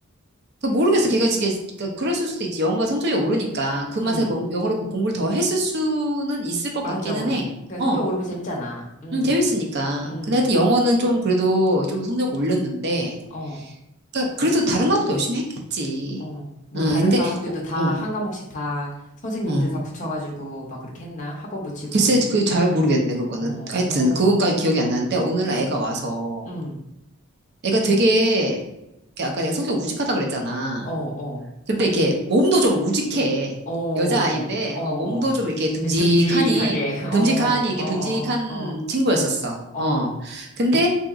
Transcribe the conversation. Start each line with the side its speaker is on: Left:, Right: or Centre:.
Right: 그 모르겠어. 걔가 지게, 그러니까 그랬을 수도 있지. 영어가 성적이 오르니까 그 맛에
Left: 음,
Right: 공- 영어로 공부를 더 했을 수는 있을 것
Left: 맞아.
Right: 같기는
Left: 그러니까
Right: 해. 어.
Left: 성적 오르면 재밌잖아. 음,
Right: 음, 재밌으니까.
Left: 음,
Right: 근데 하여튼 영어는 좀 그래도 좀 성적 올렸는데,
Left: 어.
Right: 그러니까 그래도 다른 과목도 열심히 했겠지.
Left: 어, 뭐
Right: 어,
Left: 다른
Right: 근데,
Left: 과목들도
Right: 어,
Left: 다
Right: 어,
Left: 한 과목씩 다 선생님들
Right: 어.
Left: 다 붙여가지고 막 그렇게 했나? 학원 붙이고.
Right: 글쎄, 그 잘 모르겠네, 그거는.
Left: 어,
Right: 하여튼, 그건까지 기억이 안 나는데, 오늘날 애가 와서,
Left: 응,
Right: 애가 되게, 이렇게 아까 내가 성격 우직하다 그랬잖아.
Left: 어, 어,
Right: 근데 이렇게 몸도 좀 우직해.
Left: 어,
Right: 여자아이인데
Left: 어.
Right: 어, 몸도 좀 이렇게 듬직하니
Left: 네, 듬직하게,
Right: 어,
Left: 어,
Right: 듬직하니
Left: 어,
Right: 이렇게
Left: 어,
Right: 듬직한
Left: 어,
Right: 친구였었어.
Left: 어,
Right: 어.
Left: 어,
Right: 근데